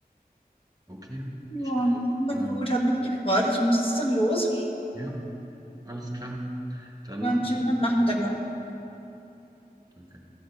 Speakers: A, on the right; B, on the left.
A: Okay,
B: Ja,
A: ich glaube,
B: na
A: ähm,
B: gut, hat mich gefreut. Ich muss jetzt dann los.
A: ja, alles klar. Dann
B: Ja,
A: noch
B: Einen
A: einen
B: schönen
A: schönen Tag
B: Nachmittag
A: dir.
B: noch.
A: Danke.